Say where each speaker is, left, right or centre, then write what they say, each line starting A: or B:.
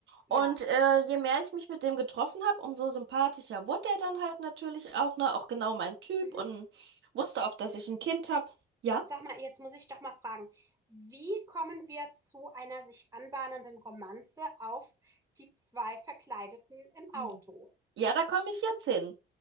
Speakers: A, on the right (about 15°); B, on the right (about 70°).
A: Ja.
B: Und äh, je mehr ich mich mit dem getroffen habe, umso sympathischer wurde er dann halt natürlich auch, ne? Auch genau mein Typ
A: Mhm.
B: und wusste auch, dass ich ein Kind habe. Ja,
A: Sag mal, jetzt muss ich doch mal fragen, wie kommen wir zu einer sich anbahnenden Romanze auf die zwei Verkleideten im Auto?
B: Hm. ja, da komme ich jetzt hin.